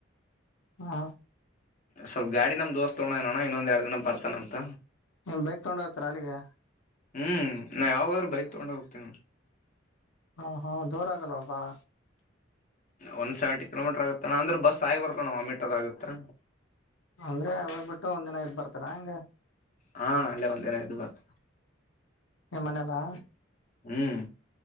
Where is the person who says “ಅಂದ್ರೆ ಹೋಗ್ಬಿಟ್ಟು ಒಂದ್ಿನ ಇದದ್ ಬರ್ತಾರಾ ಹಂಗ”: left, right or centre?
Left